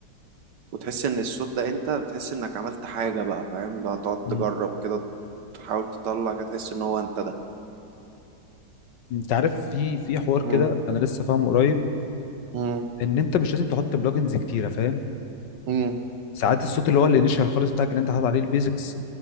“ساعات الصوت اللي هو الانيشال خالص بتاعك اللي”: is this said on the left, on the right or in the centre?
Left